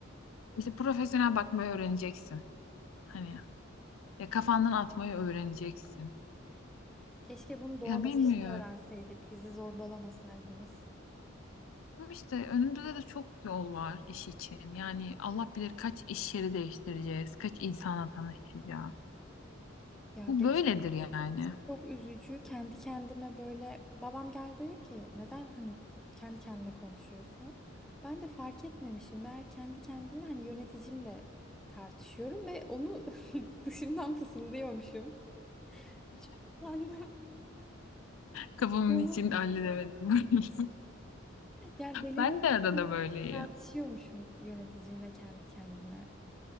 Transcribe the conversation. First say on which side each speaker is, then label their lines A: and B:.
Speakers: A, on the left (about 80°); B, in the centre.
A: İşte profesyonel bakmayı öğreneceksin. Hani ya kafandan atmayı öğreneceksin.
B: Keşke bunu doğal
A: Ya bilmiyorum.
B: akışta öğrenseydik. Bizi zorbalamasaydınız.
A: Ama işte önümüzde de çok yol var iş için. Yani Allah bilir kaç iş yeri değiştireceğiz, kaç insanla tanışacağız.
B: Ya
A: Bu
B: geç.
A: böyledir yani.
B: Çok üzücü. Kendi kendime böyle babam geldi dedi ki neden hani kendi kendine konuşuyorsun? Ben de fark etmemişim. Meğer kendi kendime hani yöneticimle tartışıyorum ve onu <laughs> dışımdan fısıldıyormuşum. Çok utandım.
A: Kafamın
B: Ama
A: içinde halledemedim. <laughs>
B: yani delirmiş
A: Ben de arada
B: gibi
A: böyleyim.
B: tartışıyormuşum yöneticimle kendi kendime.